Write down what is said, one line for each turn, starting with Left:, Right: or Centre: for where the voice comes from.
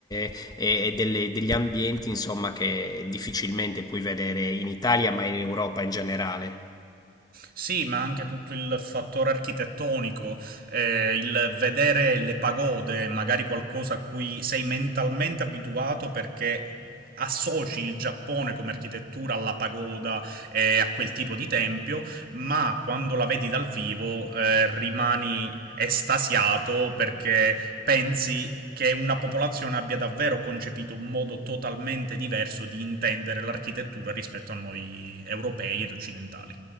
Left: e, e delle- degli ambienti, insomma, che difficilmente puoi vedere in Italia, ma in Europa in generale.
Right: Sì, ma anche tutto il fattore architettonico, eh, il vedere le pagode, magari qualcosa a cui sei mentalmente abituato perché associ il Giappone come architettura alla pagoda e eh, a quel tipo di tempio, ma quando la vedi dal vivo eh, rimani estasiato perché pensi che una popolazione abbia davvero concepito un modo totalmente diverso di intendere l'architettura rispetto a noi europei ed occidentali.